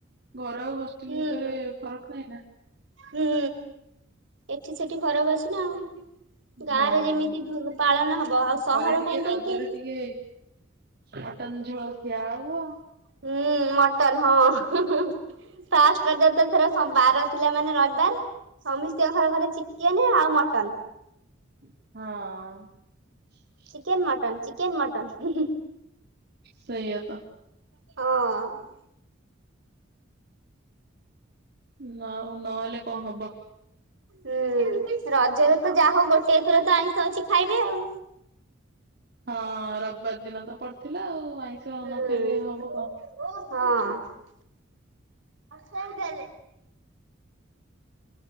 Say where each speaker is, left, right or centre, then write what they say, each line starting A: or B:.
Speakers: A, on the right; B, on the right.
A: ଘର ଆଉ ହଷ୍ଟେଲ୍
B: ହୁଁ
A: ଭିତରେ ଫରକ୍ ନାଇଁ ନା
B: ହୁଁ ଏଠି ସେଠି ଫରକ୍ ଅଛି ନା ଆଉ। ଗାଁରେ
A: ହଁ
B: ଯେମିତି ଭଲ ପାଳନ ହବ ଆଉ ସହର
A: ଘରେ ଟିକେ
B: କାଇଁ
A: ରଜରେ
B: କହିକି
A: ଟିକେ ମଟନ୍ ଝୋଳ ଖିଆ ହବ
B: ହୁଁ ମଟନ୍ ହଁ। ଫାଷ୍ଟ୍ ରଜ ଏଥର ସ ବାର ଥିଲା ମାନେ ରବିବାର୍। ସମସ୍ତିଙ୍କ ଘରେ ଘରେ ଚିକେନ୍ ଆଉ ମଟନ୍।
A: ହଁ।
B: ଚିକେନ୍ ମଟନ୍ ଚିକେନ୍ ମଟନ୍ ହୁଁ ହୁଁ।
A: ସେଇଆ ତ।
B: ହଁ।
A: <inaudible> ଆଉ ନହେଲେ କଣ ହବ
B: ହୁଁ। ରଜରେ ତ ଯାହା ହଉ ଗୋଟେ ଏଥର ତ ଆଇଁଷ ଅଛି ଖାଇବେ ଆଉ।
A: ହଁ ରବାର ଦିନ ତ ପଡିଥିଲା ଆଉ ଆଇଁଷ ନ
B: ହୁଁ।
A: ଖାଇଲେ ହବ କଣ।
B: ହଁ। <inaudible>